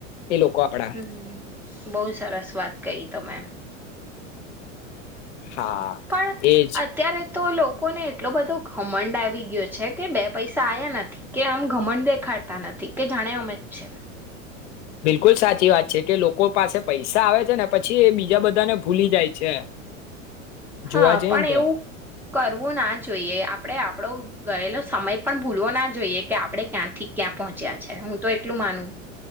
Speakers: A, on the left; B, in the centre.
A: એ લોકો આપડા.
B: હમ બઉ સરસ વાત કઈ તમે
A: હા
B: પણ
A: એજ
B: અત્યારે તો લોકોને એટલો બધો ઘમંડ આવી ગયો છે કે બે પૈસા આયા નથી કે આમ ઘમંડ દેખાડતા નથી કે જાણે અમે જ છે
A: બિલકુલ સાચી વાત છે કે લોકો પાસે પૈસા આવે છે ને પછી એ બીજા બધાને ભૂલી જાય છે જોવા
B: હા
A: જઈએ
B: પણ
A: ને તો.
B: એવું કરવું ના જોઈએ આપડે આ પડો ગયેલો સમય પણ ભૂલવો ના જોઈએ કે આપડે ક્યાંથી ક્યાં પહોંચ્યા છે હું તો એટલું માનું